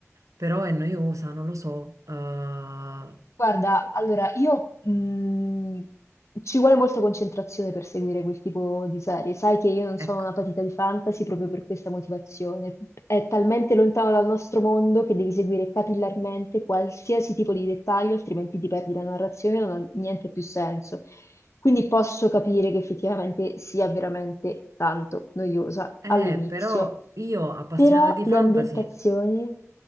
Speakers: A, on the right; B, on the left.
A: però è noiosa, non lo so. eh,
B: Guarda, allora io mh, ci vuole molta concentrazione per seguire quel tipo di serie. Sai che io non
A: ecco,
B: sono una patita di fantasy proprio per questa motivazione. È talmente lontano dal nostro mondo che devi seguire capillarmente qualsiasi tipo di dettaglio, altrimenti ti perdi la narrazione e non ha niente più senso. Quindi posso capire che effettivamente sia veramente tanto noiosa
A: eh,
B: all'inizio.
A: però io appassionata
B: Però
A: di
B: le
A: fantasy.
B: ambientazioni